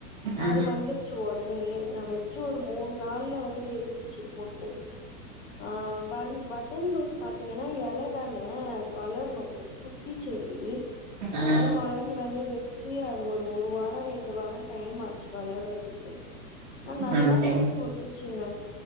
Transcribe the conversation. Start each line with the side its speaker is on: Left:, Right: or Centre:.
Right: ம்
Left: அது வந்துருச்சு ஒடனயே நா வெச் சு ஒரு மூண் நாள்ல வந்து விரிஞ்சிச்சி மொட்டு ஆ பண் பட்டன் ரோஸ் பாத்தீங்கன்னா எலதான அது வளர்ணு கொஞ்சோ குட்டி செடி அதுனால
Right: ம்
Left: வாய்ங்ட்டு வந்து வெச்சு அது ஒரு ஒரு வாரோ ரெண்டு வாரோ டைம் ஆச்சு வளர்றதுக்கு ஆன் நல்லா
Right: அப்டிங்
Left: ரோஸ் குடுத்துச்சுங்க